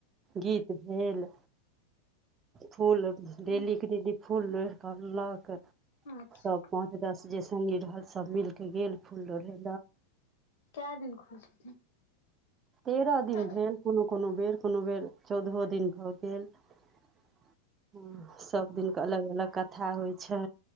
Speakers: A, on the right; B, on the left.
A: गीत भेल फूल डेलीके
B: हूँ
A: डेली फूल लोढ़ क अनलक
B: अच्छा
A: सब पाँच दस जे संगे रहल सब मिलके गेल फुल लोढै
B: कै दिन खुलै छथिन
A: तेरह दिन
B: हूँ
A: भेल कोनो कोनो बेर कोनो बेर चौदहो दिन भऽ गेल <inaudible> हँ सभ दिन कऽ अलग अलग कथा होइ छै